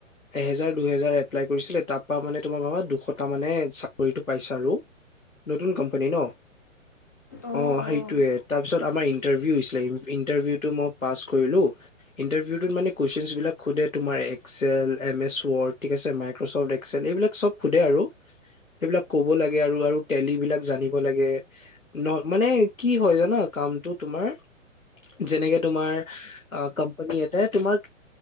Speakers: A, on the left (about 90°); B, on the left (about 15°).
A: এজাৰ দুহেজাৰ এপ্লাই কৰিছিলে তাত। মানে তোমাৰ মানে দুশটা মানে চাকৰিটো পাইছ আৰু নতুন কোম্পানী ন।
B: অঁ
A: অ
B: অঁ
A: সেইটোৱে
B: অঁ
A: তাৰপিছত আমাৰ ইণ্টাৰভিউ হৈছিলে ইণ্টাৰভিউটো মই পাছ কৰিলো। ইণ্টাৰভিউত মানে কুৱেশচন বিলাক সোধে তোমাৰ এক্সেল এম এছ ৱড ঠিক আছে মাইক্ৰফ্ট। এইবিলাক চব সোধে আৰু। সেইবিলাক কব লাগে আৰু আৰু তেল বিলাক জানিব লাগে ন মানে কি হয় জানা। কামটো তোমাৰ যেনেকে তোমাৰ কোম্পানী এটাই তোমাক।